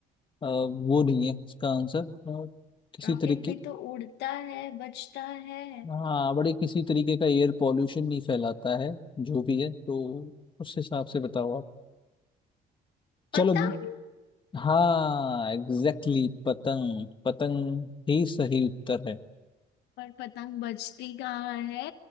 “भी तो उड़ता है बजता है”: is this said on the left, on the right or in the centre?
Left